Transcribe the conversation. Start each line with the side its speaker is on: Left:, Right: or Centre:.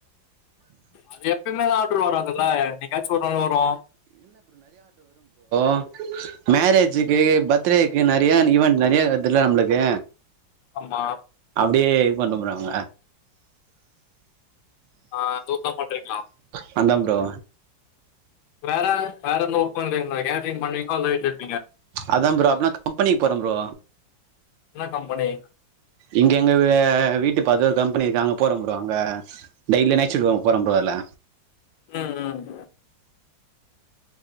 Left: அது எப்பமே ஆர்டர் வராதுல்ல என்னிக்காச்சும் ஒரு நாள் வரும்
Right: ஆஹ் மேரேஜ்க்கு பத் பர்த் டேக்கு நெறைய ஈவன்ட் நெறைய வருதுல்ல நம்மளுக்கு
Left: ஆமா
Right: அடியே இது பன்டுப்றாங்
Left: ஆ அந்த ஒர்க்கு தா பண்றிங்க
Right: நான் தான் புரோ
Left: வேற வேற எந்த ஒர்க் பண்ணறங்களா கேட்ட்ரிங் பண்ணீங்கனா
Right: அதா ப்ரோ அப்னா கம்பெனிக்கு போறன் புரோ
Left: என்ன கம்பெனி
Right: இங்க எங்க வீட்டு பக்கதுல ஒரு கம்பெனி இருக்கு அங்க போறோம் புரோ அங்க டெய்லி நைட் சிப்டு போறோம் ப்ரோ அதுல
Left: ம் ம்